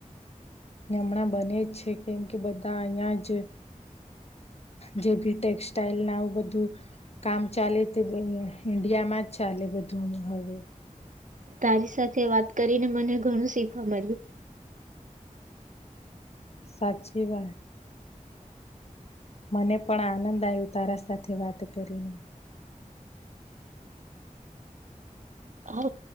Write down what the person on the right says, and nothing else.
તારી સાથે વાત કરીને મને ઘણું શીખવા મળ્યું.
હ